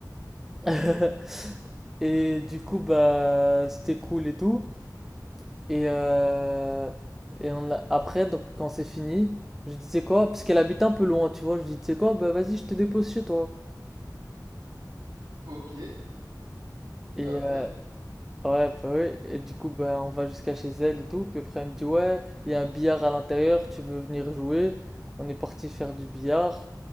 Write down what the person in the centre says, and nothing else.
<laughs> Et du coup, bah, c'était cool et tout. Et, euh, et on l'a- après, donc, quand c'est fini, je dis, c'est quoi? Parce qu'elle habite un peu loin, tu vois. Je dis, c'est quoi? Bah, vas-y, je te dépose chez toi.
Et,
euh, Ouais, bah oui. Et du coup, bah, on va jusqu'à chez elle et tout. Puis après, elle me dit, ouais, il y a un billard à l'intérieur, tu veux venir jouer? On est parti faire du billard.